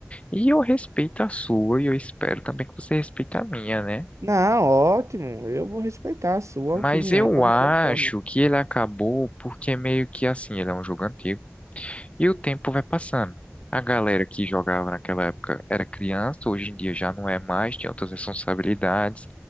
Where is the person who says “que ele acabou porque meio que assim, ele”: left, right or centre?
Left